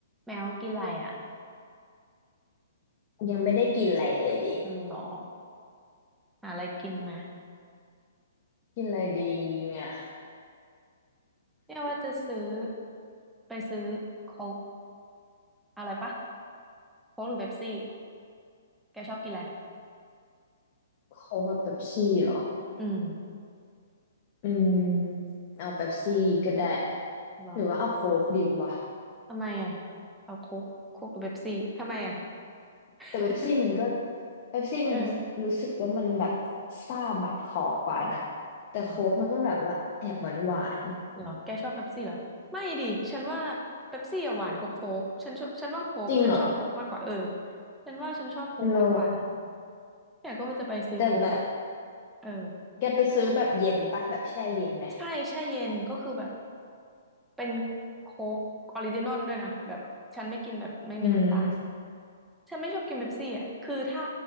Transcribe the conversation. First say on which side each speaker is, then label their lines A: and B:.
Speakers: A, in the centre; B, on the left.
A: แมวกินอะไรอ่ะ
B: ยังไม่ได้กินอะไรเลยดิ
A: อืมหรอหาอะไรกินมา
B: กินอะไรดีเนี่ย
A: เนี่ยว่าจะซื้อไปซื้อโค้กเอาอะไรปะโค้กหรือเป๊ปซี่แกชอบกินอะไร
B: โค้กกับเป๊ปซี่เหรอ
A: อืม
B: อืมเอาเป๊ปซี่ก็ได้
A: หรอ
B: หรือว่าเอาโค้กดีวะ
A: ทำไมอ่ะเอาโค้กโค้กหรือเป๊ปซี่ทำไมอ่ะ <laughs>
B: แต่เป๊ปซี่มันก็เป๊ปซี่มันรู้สึกว่ามันแบบ
A: เออ
B: ซ่าบาดคอกว่านะแต่โค้กมันก็แบบว่าแอบหวานหวาน
A: หรอหรอแกชอบเป๊ปซี่เหรอไม่ดิฉันว่าเป๊ปซี่อะหวานกว่าโค้กฉันชอบฉันว่าโค้กฉันชอบโค้กมากกว่าเออ
B: จริงเหรอ
A: ฉันว่าฉันชอบโค้กมากกว่านะ
B: หรอ
A: แต่ก็ว่าจะไปซื้อโค้ก
B: แต่แบบ
A: เออ
B: แกไปซื้อแบบเย็นปะแบบแช่เย็นไหม
A: ใช่แช่เย็นก็คือแบบ เป็นโค้กออริจินอลด้วยนะแบบฉันไม่กินแบบไม่มีน้ำตาล
B: อืม
A: ฉันไม่ชอบกินเป๊ปซี่อ่ะคือถ้า